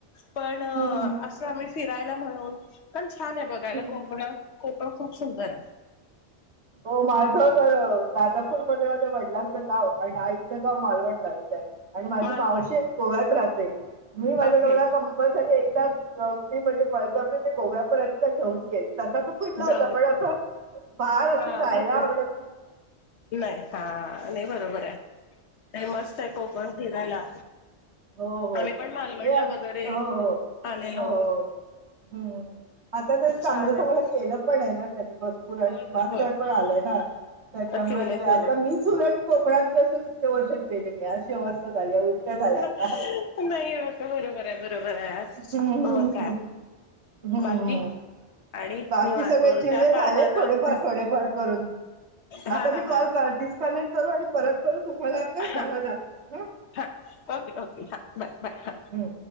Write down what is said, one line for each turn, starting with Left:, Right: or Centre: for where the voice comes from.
Left: पण अस
Right: हम्म.
Left: आम्ही फिरायला म्हणून पण छान हे बघायला
Right: हम्म.
Left: कोकण कोकण खूप सुंदर रे
Right: माझं ज तर राजापूरमध्येध्ये माझ वडिलांचं गाव आणि आईचं गाव मालवण तालुक्यात आणि माझी
Left: मालवण
Right: मावशी एक गोव्यात राहते मी माझ्या
Left: ओके
Right: डोळ्या कंपलसरी एकदाछ कंकी म्हणजे प गोव्यापर्यंत घेऊन गेले तसा त फुटला
Left: जाऊन
Right: होता पण असं फार असं
Left: हा
Right: जायला
Left: मग काय
Right: आवडत <inaudible>
Left: नाही हा नाही बरोबर आहे ते मस्त आहे कोकण फिरायला
Right: हो हो
Left: आम्ही पण मालवणला
Right: ते आत
Left: वगैरे
Right: हो हो
Left: आलेलो
Right: हो हो हम् आता ते
Left: छान
Right: चांगलं चांगलं
Left: आहे
Right: केलं पण आहे ना त्यांनी भरपूर आणि
Left: होय
Right: विमानतळ
Left: होय होय
Right: पण आलंय ना त्याच्यामुळे
Left: केलंय
Right: ते
Left: केलंय
Right: आता मीच उलट कोकणातली असून इतके वर्षात गेले नाही अशी अवस्था <inaudible> उलट झाल्यात
Left: नाही होत बरोबर आहे बरोबर आहे
Right: हम्म्म
Left: मग
Right: हम्म
Left: काय
Right: हम्म
Left: बाकी आणि
Right: बाकी
Left: निवांत
Right: सगळे
Left: बोल
Right: जिल्हे
Left: त्या कारणानं
Right: झालेत थोडेफार थोडेफार करून,
Left: हा
Right: आता
Left: हा
Right: मी
Left: हा
Right: कॉल कर डिस्कनेक्ट करू आणि परत करू तुम्हालाहा
Left: हा
Right: ह
Left: हा ओके ओके हा बाय बाय
Right: हम्म